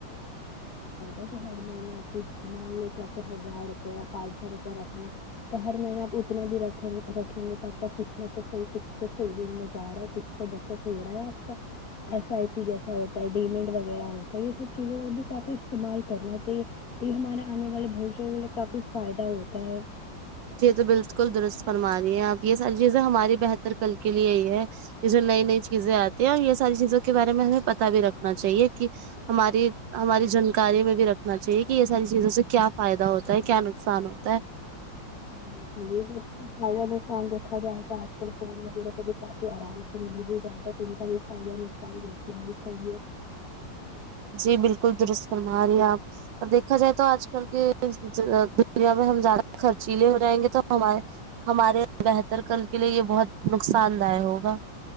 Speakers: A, on the left (about 50°); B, on the right (about 75°).
A: ہے تو ہر مہینے آپ کو مان لو کہ آپ کو ہزار روپیہ پانچ سو روپے رکھنا تو ہر مہینے آپ اتنے بھی رکھ رکھیں گے تو آپ کا کچھ نہ تو صحیح کچھ تو صحی دن میں جا رہا ہے کچھ تو بچت ہو رہا ہے آپ کا ایس آئی پی جیسا ہوتا ہے ڈیمینٹ وغیرہ ہوتا ہے یہ سب چیزوں کو بھی کافی استعمال کرنا چاہیے یہ ہمارے آنے والے بھوشیہ کے لی کافی فائدہ ہوتا ہے
B: یہ تو بالکل درست فرما رہی ہیں آپ یہ ساری چیزیں ہماری بہتر کل کے لیے ہی ہے یہ جو نئی نئی چیزیں آتی ہیں یہ ساری چیزوں کے بارے میں ہمیں پتا بھی رکھنا چاہیے کہ ہماری ہماری جانکاری میں بھی رکھنا چاہیے کہ یہ ساری چیزوں سے کیا فائدہ ہوتا ہے کیا نقصان ہوتا ہے
A: بالکل یہ فائدہ نقصان دیکھا جائےتو آج کل فون وغیرہ کا کافی آرام سے مل بھی جاتا ہے تو ان کا بھی فائدہ نقصان دیکھنا بھی چاہیے
B: جی بالکل درست فرما رہی ہے آپ دیکھا جائے تو آج کل کے دنیا میں ہم زیادہ خرچیلے ہو جائیں گے تو ہمارے ہمارے بہتر کل کے لیے یہ بہت نقصان دہ ہوگا